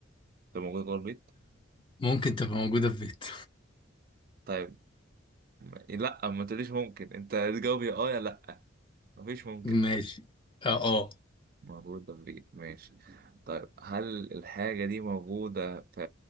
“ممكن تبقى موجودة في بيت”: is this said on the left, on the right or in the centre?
Left